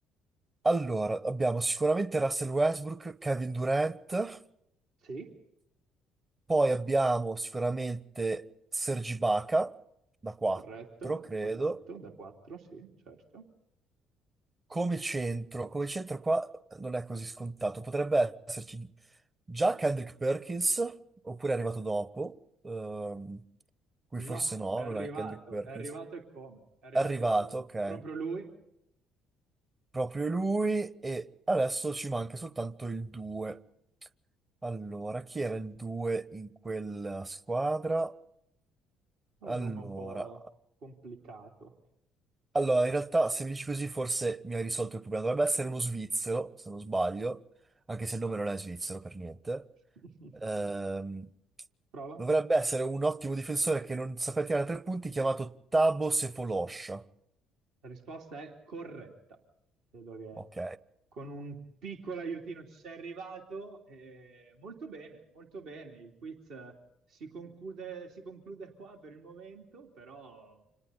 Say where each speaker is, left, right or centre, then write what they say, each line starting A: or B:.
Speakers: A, on the right (about 20°); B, on the right (about 60°).
A: Allora, abbiamo sicuramente Russell Westbrook, Kevin Durant,
B: Sì,
A: poi abbiamo sicuramente Sergi Baca da 4,
B: corretto,
A: credo.
B: corretto, da 4, sì, certo.
A: Come centro, come centro qua non è così scontato. Potrebbe esserci già Kendrick Perkins, oppure è arrivato dopo, ehm, qui
B: No,
A: forse no,
B: è arrivato,
A: non è Kendrick Perkins.
B: è arrivato e come, è arrivato
A: È arrivato,
B: e come.
A: ok,
B: Proprio lui ha
A: proprio lui e adesso ci manca soltanto il 2. Allora, chi era il 2 in quella squadra? Allora,
B: un nome un po' complicato.
A: Allora, in realtà, se mi dici così, forse mi hai risolto il problema. Dovrebbe essere uno svizzero, se non sbaglio, anche se il nome non è svizzero per niente.
B: <laughs>
A: Ehm,
B: Prova.
A: dovrebbe essere un ottimo difensore che non sapeva tirare tre punti, chiamato Tabo Sefolosha.
B: La risposta è corretta. Credo che
A: Ok,
B: con un piccolo aiutino ci sei arrivato. e molto bene, molto bene. Il quiz eh, si conclude, si conclude qua per il momento, però